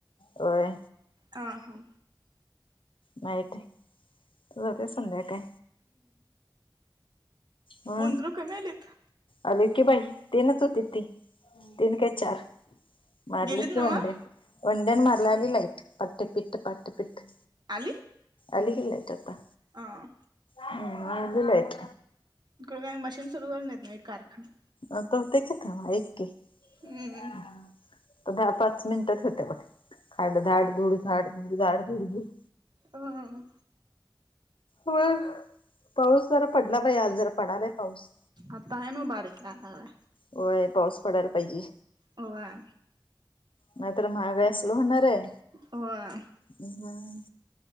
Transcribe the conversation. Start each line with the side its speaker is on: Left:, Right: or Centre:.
Left: होय
Right: अ हा
Left: माहित आहे, तुझ क सध्या काय? ह,
Right: उदरं कमी आयलेत
Left: अली की बाई तीनच होती ती, तीन काय चार मारलीत
Right: गेलीत नव्ह
Left: की <unintelligible> वुड्यानं मारलाली ला पाटपिट पाटपिट
Right: आली,
Left: अली कि लाईट आता.
Right: आ,
Left: हम्, आली लाईट.
Right: तिकडं काय मशीन सुरू झालं नाही म एक कारखान
Left: अ तो ते त एक कि..
Right: हम्म
Left: हा तर दहा पाच मिनिटच होत्या, पण खड धड, धाडधूडड धाडधूडड, धूड- धूड.
Right: हं, हं, हं
Left: हं, पाऊस जरा पडला नाही, आज जरा पडलाय पाऊस.
Right: आता आहे ना बारीक आला आहे.
Left: होय पाऊस पडायला पाहिजे.
Right: होय
Left: नाही तर महागा असल होणार आहे.
Right: होय
Left: हम,